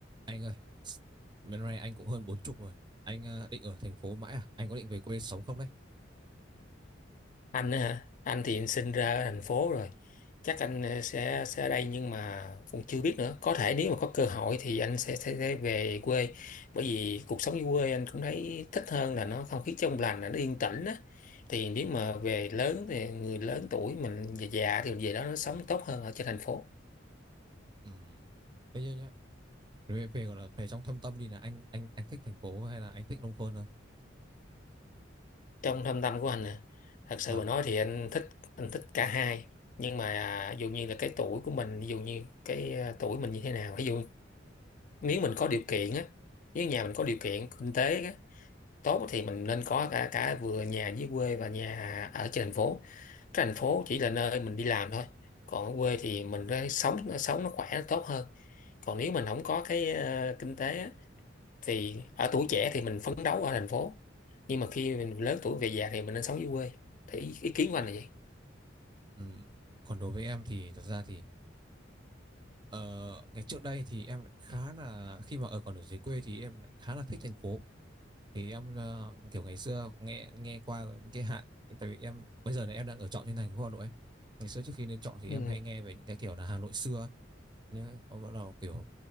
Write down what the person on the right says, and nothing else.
Anh ơi, bên này anh cũng hơn bốn chục rồi. Anh ờ, định ở thành phố mãi à? Anh có định về quê sống không đấy?
Ừ. Thế nhưng nhá, về, về gọi là về trong thâm tâm đi là anh anh anh thích thành phố hay là anh thích nông thôn hơn?
Vâng.
Ừm, Còn đối với em thì thật ra thì ờ, ngày trước đây thì em lại khá là khi mà ở còn ở dưới quê thì em lại khá là thích thành phố. Thì em ờ, kiểu ngày xưa nghe nghe qua những cái hạn tại vì em bây giờ này em đang ở trọ trên thành phố Hà Nội ấy. Ngày xưa trước khi lên trọ thì
em hay nghe về những cái kiểu là Hà Nội xưa ấy. Nhá, có bắt đầu kiểu